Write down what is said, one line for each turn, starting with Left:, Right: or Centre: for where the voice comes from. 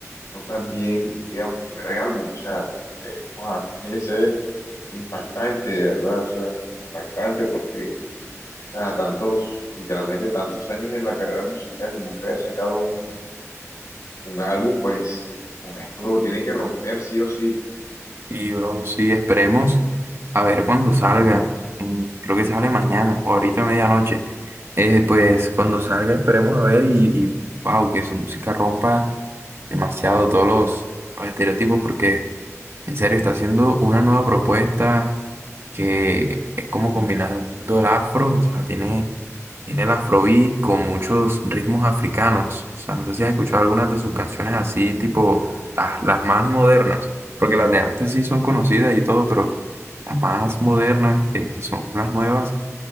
Left: no tan bien, digamos, primer álbum, o sea, tiene que ser, guau, tiene que ser impactante, de verdad, o sea, impactante porque, o sea, tantos, literalmente tantos años en la carrera musical y nunca había sacado un, un álbum, pues este, con esto tiene que romper sí o sí.
Right: Y, bro, sí, esperemos a ver cuándo salga. Mm, Creo que sale mañana o ahorita a medianoche. Eh, pues cuando salga esperemos a ver y, y, wow, que su música rompa demasiado todos los, los estereotipos porque en serio está haciendo una nueva propuesta que es como combinando el afro, o sea, tiene, tiene el afrobeat con muchos ritmos africanos. O sea, no sé si has escuchado algunas de sus canciones así, tipo las, las más modernas, porque las de antes sí son conocidas y todo, pero las más modernas, que, que son las nuevas,